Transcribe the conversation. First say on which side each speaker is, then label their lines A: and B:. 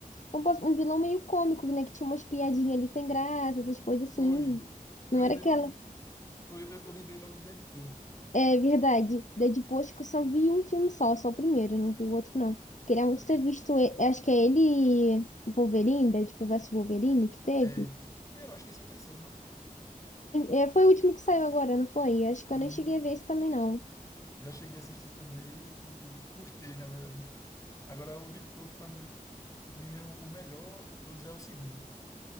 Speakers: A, on the left; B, on the left.
A: um, pos- um vilão meio cômico, né? Que tinha umas piadinhas ali sem graça, essas coisas assim.
B: Foi.
A: Não
B: Eu lembrei
A: era aquela.
B: logo de, foi, eu, eu lembrei logo de Deadpool.
A: É verdade. Deadpool, acho que eu só vi um filme só, só o primeiro, não vi o outro, não. Queria muito
B: Não,
A: ter
B: Dead-
A: visto. e- Acho que é ele e o Wolverine, Deadpool vs Wolverine, que teve.
B: é. Eu acho que esse é o terceiro, não?
A: É, é, foi o último que saiu agora, não foi? Acho que eu
B: Uhum.
A: nem cheguei a ver esse também, não.
B: Já cheguei a assistir também o, o- os três, na verdade. Agora, o de todos, para mim, mim, é o melhor de todos é o segundo.